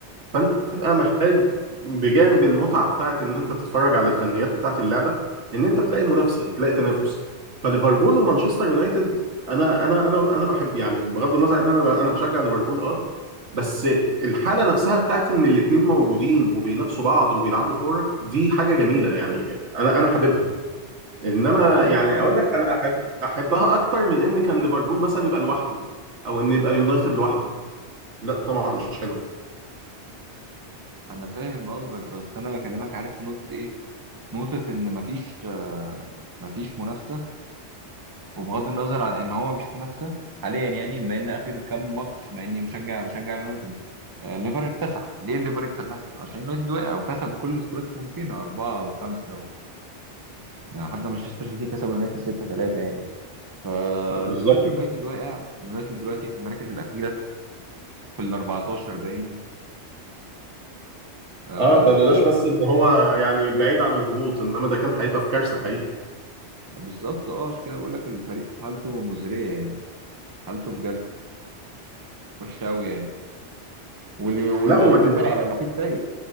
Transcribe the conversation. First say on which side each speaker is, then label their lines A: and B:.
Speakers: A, on the right (about 80°); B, on the right (about 20°).
A: فانت بتبقى محتاج بجانب المتعة بتاعت ان انت تتفرج على الفنيات بتاعت اللعبة ان انت تلاقي منافسة تلاقي تنافس فليفربول ومانشستر يونايتد انا انا انا انا بحب يعني بغض النظر ان انا ب- انا بشجع ليفربول اه بس الحالة نفسها بتاعت ان الاتنين موجودين وبينافسوا بعض وبيلعبوا كورة دي حاجة جميلة يعني انا انا حاببها انما
B: بس هما
A: يعني
B: دلوقتي
A: اقول لك انا احب احبها اكتر من ان كان ليفربول مثلا يبقى لوحده او ان يبقى يونايتد لوحده لا طبعا مش حلو
B: أنا فاهم قصدك بس أنا بكلمك عارف نقطة إيه؟ نقطة إن مفيش آه، مفيش منافسة وبغض النظر عن إن هو مفيش منافسة حاليا يعني بما إن آخر كام ماتش مع إني مشجع بشجع اليونايتد آه، ليفر اكتسح ليه ليفر اكتسح عشان اليونايتد وقع وكسب بكل سكورات ممكنه اربعه وخمسه و... يعني حتى مانشستر سيتي كسب اليونايتد 6 3 يعني فدلوقتي
A: آه، بالظبط
B: اليونايتد واقع اليونايتد دلوقتي في المراكز الاخيره في ال 14 باين آه
A: اه ده لولاش بس ان هو يعني بعيد عن الهبوط انما ده كان هيبقى في كارثه حقيقي
B: فبالظبط اه عشان كده بقول لك الفريق حالته مزريه يعني حالته بجد وحشه قوي يعني واللي- وال-
A: لا وما
B: والليفر
A: تن...
B: على نقيض سيء